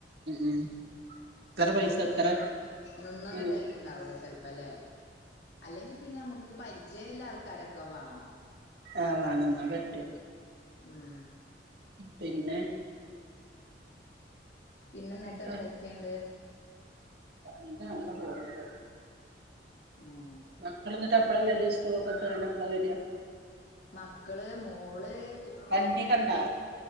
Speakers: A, on the right; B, on the left.
A: ഉം ഇത്ര
B: നമുക്ക്
A: പൈസ
B: നി
A: ഇത്ര
B: നിന്നൊന്ന്
A: ഉം
B: തര്നിണ്ടാവൂല ചെലപ്പലേ അല്ലെങ്കിൽ പിന്നെ മ്മക്ക് പ രിജയള്ളാൾക്കാരൊക്കെ വാണം
A: ആഹ് വേണന്നാ പറ്റും
B: ഉം
A: പിന്നെ
B: പിന്നെ ന്നിട്ട്
A: എന്താ
B: എന്തൊക്കെണ്ട്
A: എന്താ അങ്ങനെ പോണുണ്ട്
B: ഉം
A: മക്കള് എന്നിട്ട് അ എപ്പളാ വര്കാ സ്കൂളൊക്കെ വിട്ട് എപ്പളാ വര്കാ
B: മക്കള് മോള് ഇപ്പം
A: വണ്ടിയൊക്കെ ഇണ്ടാ